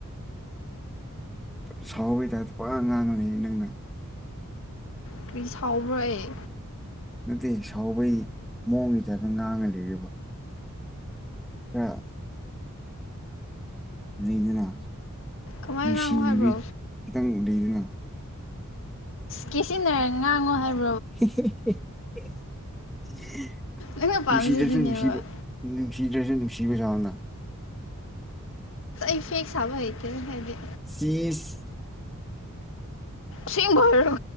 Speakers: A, in the centre; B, on the left (about 65°).
A: ꯎ ꯁꯥꯎꯕꯒꯤ ꯇꯥꯏꯞꯇ ꯄꯨꯔꯥ ꯉꯥꯡꯉꯅꯤ ꯅꯪꯅ
B: ꯀꯔꯤ ꯁꯥꯎꯕ꯭ꯔ ꯑꯩ
A: ꯅꯠꯇꯦ ꯁꯥꯎꯕꯒꯤ ꯃꯑꯣꯡꯁꯤꯗ ꯑꯗꯨ ꯉꯥꯡꯉ ꯂꯩ ꯑ ꯂꯩꯗꯨꯅ
B: ꯀꯃꯥꯏꯅ
A: ꯅꯨꯡꯁꯤꯕ
B: ꯉꯥꯡꯉꯣ ꯍꯥꯏꯕ꯭ꯔꯣ
A: ꯈꯤꯇꯪ ꯂꯩꯗꯨꯅ
B: ꯀꯦ ꯁꯤꯖꯤꯟꯅꯔ ꯉꯥꯡꯉꯣ ꯍꯥꯏꯕ
A: <inaudible>
B: ꯅꯪꯅ ꯄꯥꯝꯃꯤꯁꯦ
A: ꯅꯨꯡꯁꯤꯗꯁꯨ
B: ꯑꯗꯨꯅꯦꯕ
A: ꯅꯨꯡꯁꯤꯕꯅꯨꯡꯁꯤ ꯁꯤꯗ꯭ꯔꯁꯨ ꯅꯨꯡꯁꯤꯕꯖꯥꯅ
B: ꯏꯐꯦꯛꯁꯕꯇꯦ ꯍꯥꯏꯗꯤ
A: ꯁꯤꯤꯁ
B: ꯁꯤꯕꯔꯣ